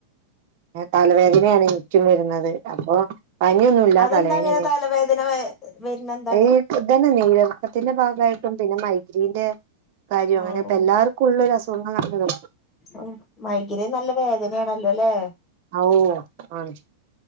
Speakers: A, on the right (about 55°); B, on the left (about 20°).
A: തലവേദനേണ് ചുറ്റും വരുന്നത് അപ്പൊ പനിയൊന്നുമല്ല
B: അതെന്താ
A: തലവേദനയാണ്
B: അങ്ങനെ തലവേദന വരുന്ന എന്താണ്
A: ഇത് തന്നെ അല്ലിയോ നീരറക്കത്തിന്റെ ഭാഗമായിട്ടും പിന്നെ മൈ- ഇതിന്റെ കാര്യം അങ്ങനെ
B: ആവോ
A: ഇപ്പ എല്ലാർക്കും ഉള്ള ഒരു അസുഖങ്ങള് ആണ് ഇത്
B: ഉം മൈഗ്രൈൻ നല്ല വേദനയാണല്ലോ അല്ലേ
A: ഓ ആണ്